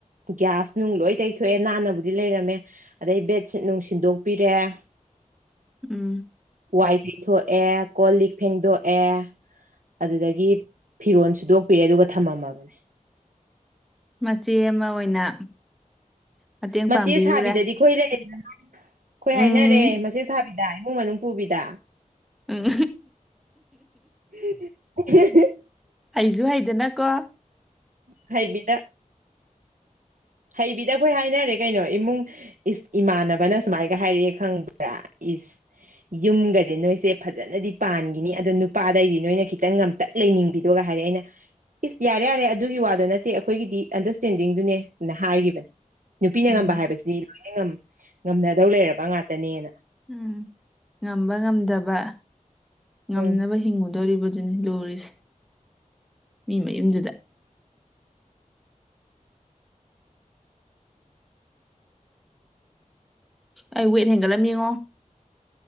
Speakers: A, on the right; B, in the centre.
A: ꯒ꯭ꯌꯥꯁ ꯅꯨꯡ ꯂꯣꯏ ꯇꯩꯊꯣꯛꯑꯦ ꯅꯥꯟꯅꯕꯨꯗꯤ ꯂꯩꯔꯝꯃꯦ ꯑꯗꯩ ꯕꯦꯠꯁꯤꯠ ꯅꯨꯡ ꯁꯤꯟꯗꯣꯛꯄꯤꯔꯦ <inaudible>
B: ꯎꯝ
A: ꯋꯥꯏ ꯇꯩꯊꯣꯛꯑꯦ ꯀꯣꯜ ꯂꯤꯛ ꯐꯦꯡꯗꯣꯛꯑꯦ ꯑꯗꯨꯗꯒꯤ ꯐꯤꯔꯣꯜ ꯁꯨꯗꯣꯛꯄꯤꯔꯦ ꯑꯗꯨꯒ ꯊꯝꯃꯝꯃꯕꯅꯦ
B: ꯃꯆꯦ ꯑꯃ ꯑꯣꯏꯅ ꯃꯇꯦꯡ
A: ꯃꯆꯦ
B: ꯄꯥꯡꯕꯤꯔꯨꯔꯦ
A: ꯁꯥꯕꯤꯗꯗꯤ ꯑꯩꯈꯣꯏ ꯂꯩꯔꯗꯅ ꯑꯩꯈꯣꯏ
B: ꯎꯝ
A: ꯍꯥꯏꯅꯔꯦ ꯃꯆꯦꯠ ꯁꯥꯕꯤꯗ ꯏꯃꯨꯡ ꯃꯅꯨꯡ ꯄꯨꯕꯤꯗ
B: ꯎꯝ
A: <inaudible>
B: ꯍꯩꯁꯨ ꯍꯩꯗꯅꯀꯣ
A: ꯍꯥꯏꯩꯕꯤꯗ ꯍꯩꯕꯤꯗ ꯑꯩꯈꯣꯏ ꯍꯥꯏꯅꯔꯦ ꯀꯩꯅꯣ ꯏꯃꯨꯡ ꯏꯁ ꯏꯃꯥꯟꯅꯕꯅ ꯁꯨꯃꯥꯏꯒ ꯍꯥꯏꯔꯛꯑꯦ ꯈꯪꯕ꯭ꯔꯥ ꯏꯁ ꯌꯨꯝꯒꯗꯤ ꯅꯣꯏꯁꯦ ꯐꯖꯅꯗꯤ ꯄꯥꯟꯈꯤꯅꯤ ꯑꯗꯣ ꯅꯨꯄꯥꯗꯩꯗꯤ ꯅꯣꯏꯅ ꯈꯤꯇꯪ ꯇꯛ ꯂꯩꯅꯤꯡꯕꯤꯗꯒ ꯍꯥꯏꯔꯦ ꯑꯩꯅ ꯏꯁ ꯌꯥꯔꯦ ꯌꯥꯔꯦ ꯑꯗꯨꯒꯤ ꯋꯥꯗꯨꯣ ꯅꯠꯇꯦ ꯑꯩꯈꯣꯏꯒꯤꯗꯤ ꯑꯟꯗꯔꯁꯇꯦꯟꯗꯤꯡꯗꯨꯅꯦ ꯍꯥꯏꯈꯤꯕꯅꯦ ꯅꯨꯄꯤꯅ
B: ꯎꯝ
A: ꯉꯝꯕ ꯍꯥꯏꯕꯁꯤꯗꯤ ꯂꯣꯏꯅ ꯉꯝꯅꯗꯧ ꯂꯩꯔꯕ ꯉꯥꯛꯇꯅꯦꯅ
B: ꯎꯝ ꯉꯝꯕ ꯉꯝꯗꯕ ꯉꯝꯅꯕ
A: ꯎꯝ
B: ꯍꯤꯡꯉꯨꯗꯣꯔꯤꯕ ꯑꯗꯨꯅꯤ ꯂꯣꯔꯤꯁꯦ ꯃꯤ ꯃꯌꯨꯝꯗꯨꯗ ꯑꯩ ꯋꯦꯠ ꯍꯦꯟꯒꯠꯂꯝꯃꯤꯉꯣ